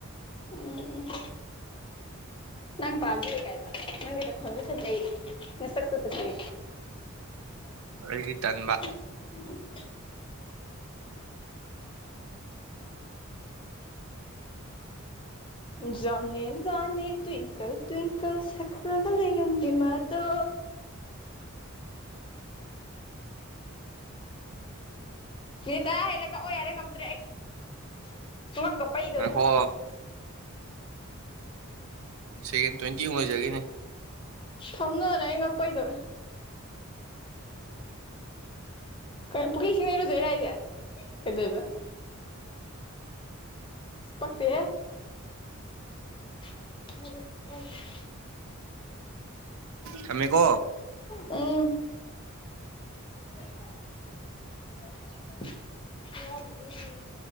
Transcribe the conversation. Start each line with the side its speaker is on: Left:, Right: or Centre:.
Left: ꯎꯝ ꯎꯝ ꯅꯪ ꯄꯥꯕꯗꯨꯗꯤ ꯀꯥꯏꯕ ꯅꯪꯗꯤ ꯇꯈꯣꯟꯁꯨ ꯐꯖꯩ ꯉꯁꯛꯁꯨ ꯐꯖꯩ
Right: ꯑꯩꯗꯤ ꯇꯟꯕꯥ
Left: ꯎꯝ ꯖꯣꯅꯤ ꯍꯣꯅꯤ ꯇ꯭ꯋꯤꯡꯀꯜ ꯇ꯭ꯋꯤꯡꯀꯜ ꯁꯛꯂꯒ ꯂꯩꯔꯝꯕꯤ ꯃꯥꯗꯣ ꯃꯤ ꯇꯔꯥ ꯍꯦꯜꯂ ꯀꯛꯑꯣ ꯌꯥꯔꯦ ꯉꯝꯇ꯭ꯔꯦ ꯑꯩ ꯉꯛꯀ ꯄꯩꯗꯣꯔꯦ
Right: ꯉꯥꯏꯈꯣ ꯁꯦꯀꯦꯟ ꯇ꯭ꯋꯦꯟꯇꯤꯃꯨꯛ ꯑꯣꯏꯖꯒꯤꯅꯤ
Left: ꯊꯝꯅꯅꯦ ꯑꯩ ꯉꯛꯄꯩꯗꯧꯔꯦ ꯀꯩꯅꯣ ꯄꯨꯈꯩ ꯁꯤꯡ ꯂꯩꯩꯔꯨꯗꯣꯏꯔꯥ ꯍꯥꯏꯁꯦ ꯀꯩꯗꯣꯏꯕ ꯄꯛꯇꯦꯍꯦ <inaudible>
Right: ꯊꯝꯃꯦꯀꯣ
Left: ꯎꯝ <unintelligible>